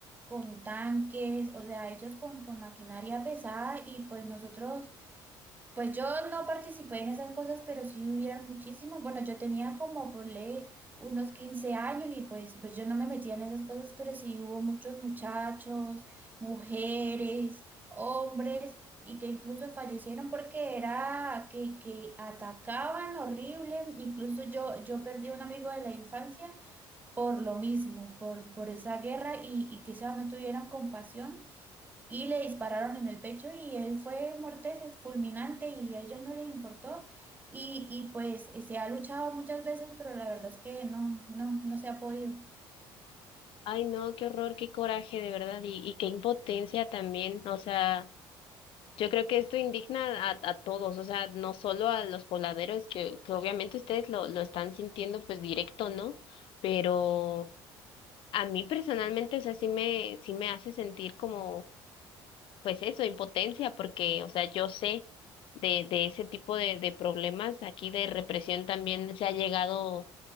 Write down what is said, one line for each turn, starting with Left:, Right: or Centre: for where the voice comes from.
Right: con tanques, o sea, ellos con, con maquinaria pesada y pues nosotros Pues yo no participé en esas cosas, pero sí hubieron muchísimos. Bueno, yo tenía como por ley unos 15 años y pues, pues yo no me metía en esas cosas, pero sí hubo muchos muchachos, mujeres, hombres y que incluso fallecieron porque era que, que atacaban horrible. Incluso yo, yo perdí un amigo de la infancia por lo mismo, por, por esa guerra y, y quizás no tuvieran compasión y le dispararon en el pecho y él fue muerte fulminante y a ellos no les importó. Y, y pues se ha luchado muchas veces, pero la verdad es que no, no, no se ha podido.
Left: Ay, no, qué horror, qué coraje, de verdad, y, y qué impotencia también, o sea, yo creo que esto indigna a, a todos, o sea, no solo a los pobladores, que, que obviamente ustedes lo, lo están sintiendo pues directo, ¿no? Pero... A mí personalmente, o sea, sí me, sí me hace sentir como pues eso, impotencia, porque, o sea, yo sé de, de ese tipo de, de problemas aquí de represión también se ha llegado